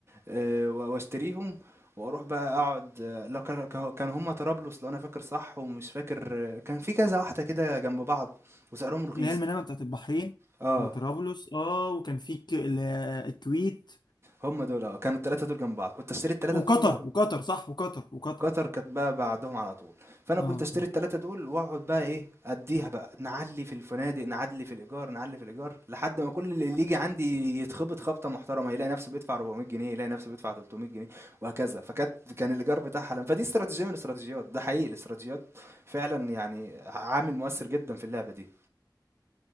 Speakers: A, on the right (about 35°); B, on the left (about 70°).
A: آه، و- واشتريهم واروح بقى اقعد آه، لا كان كان- كان هما طرابلس لو انا فاكر صح ومش فاكر آه، كان في كذا واحده كده جنب بعض وسعرهم رخيص
B: اللي هي المنامه بتاعت البحرين
A: اه
B: وطرابلس اه وكان في ك- ال- الكويت
A: هما دول اه كانوا الثلاثه دول جنب بعض كنت اشتري الثلاثه
B: وقطر
A: دول
B: وقطر صح وقطر وقطر
A: قطر كانت بقى بعدهم على طول فانا
B: اه
A: كنت اشتري التلاتة دول واقعد بقى ايه اديها بقى نعلي في الفنادق نعلي في الايجار نعلي في الايجار لحد ما كل اللي يجي عندي يتخبط خبطه محترمه يلاقي نفسه بيدفع 400 جنيه يلاقي نفسه بيدفع 300 جنيه وهكذا فكانت كان الايجار بتاعها حلم فدي استراتيجيه من الاستراتيجيات ده حقيقي الاستراتيجيات فعلا يعني عامل مؤثر جدا في اللعبه دي